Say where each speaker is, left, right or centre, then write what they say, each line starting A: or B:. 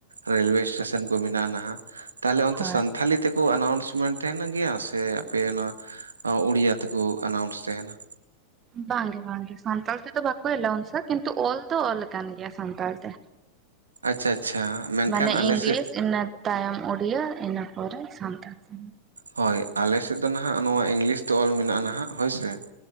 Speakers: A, on the right; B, on the right.
A: ᱨᱮᱹᱞᱳᱣᱮ ᱥᱴᱮᱥᱚᱱ ᱠᱚ ᱢᱮᱱᱟᱜᱼᱟ ᱱᱟᱦᱟᱜ ᱛᱟᱦᱚᱞᱮ ᱚᱱᱛᱮ
B: ᱦᱳᱭ
A: ᱥᱟᱱᱛᱷᱟᱞᱤ ᱛᱮ ᱠᱚ ᱟᱱᱟᱣᱩᱱᱥᱢᱮᱱᱴ ᱛᱟᱦᱮᱱ ᱜᱮᱭᱟ ᱥᱮ ᱟᱯᱮ ᱚᱱᱟ ᱳᱲᱤᱭᱟᱹ ᱛᱮᱠᱚ ᱟᱱᱟᱣᱩᱱᱥ ᱛᱟᱸᱦᱮᱱ?
B: ᱵᱟᱝᱜᱮ ᱵᱟᱝᱜᱮ ᱥᱟᱱᱛᱟᱲ ᱛᱮᱫᱚ ᱵᱟᱠᱚ ᱮᱞᱟᱣᱩᱱᱥᱟ ᱠᱤᱱᱛᱩ ᱚᱞ ᱫᱚ ᱚᱞ ᱟᱠᱟᱱ ᱜᱮᱭᱟ ᱥᱟᱱᱛᱟᱲ ᱛᱮ᱾
A: ᱟᱪᱪᱷᱟ ᱟᱪᱪᱷᱟ᱾ ᱢᱮᱱᱠᱷᱟᱱ
B: ᱢᱟᱱᱮ
A: ᱟᱞᱮ
B: ᱤᱝᱞᱤᱥ
A: ᱥᱮᱫ
B: ᱤᱱᱟᱹ ᱛᱟᱭᱚᱢ ᱩᱲᱤᱭᱟᱹ ᱤᱱᱟᱹ ᱯᱚᱨᱮ ᱥᱟᱱᱛᱟᱲ ᱛᱮ᱾
A: ᱦᱳᱭ ᱟᱞᱮ ᱥᱮᱫ ᱫᱚ ᱱᱟᱦᱟᱜ ᱱᱚᱣᱟ ᱤᱝᱞᱤᱥ ᱛᱮ ᱚᱞ ᱢᱮᱱᱟᱜᱼᱟ ᱱᱟᱦᱟᱜ ᱦᱳᱭ ᱥᱮ